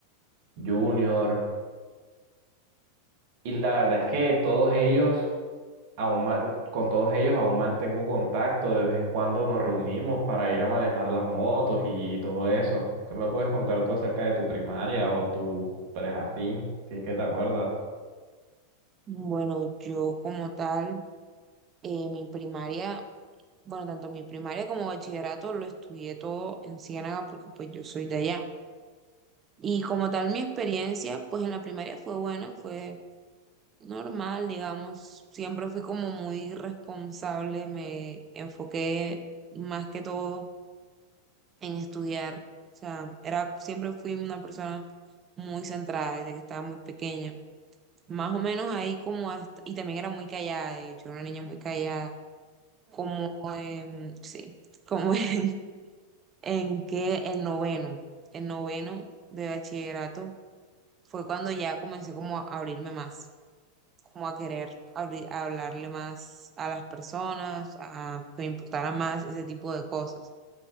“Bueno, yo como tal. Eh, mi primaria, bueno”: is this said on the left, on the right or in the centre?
Right